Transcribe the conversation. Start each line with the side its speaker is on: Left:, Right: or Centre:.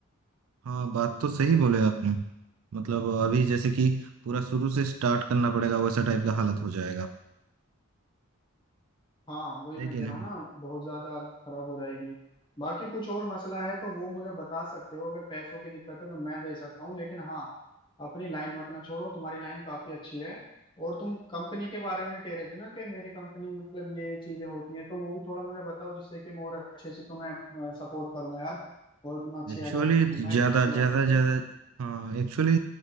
Right: हाँ बात तो सही बोले आपने मतलब अभी जैसे कि पूरा शुरू से स्टार्ट करना पड़ेगा वैसा टाइप का हालत हो जाएगा
Left: हाँ वही
Right: है
Left: मैं
Right: कि
Left: कह
Right: नहीं
Left: रहा हूँ ना बहुत ज्यादा हालत खराब हो जाएगी बाकी कुछ और मसला है तो वो मुझे बता सकते हो अगर पैसों की दिक्कत है तो मैं दे सकता हूँ लेकिन हाँ अपनी लाइन मत ना छोड़ो तुम्हारी लाइन काफी अच्छी है और तुम कंपनी के बारे में कह रहे थे ना कि मेरी कंपनी मतलब ये ये चीजें होती हैं तो वो भी थोड़ा मुझे बताओ जिससे कि मैं और अच्छे से तुम्हें सपोर्ट करूंगा यार और तुम्हें अच्छी
Right: एक्चुअली
Left: एडवाइस दूंगा
Right: ज्यादा
Left: ऐसी बात
Right: ज्यादा
Left: नहीं
Right: ज्यादा
Left: है
Right: हाँ एक्चुअली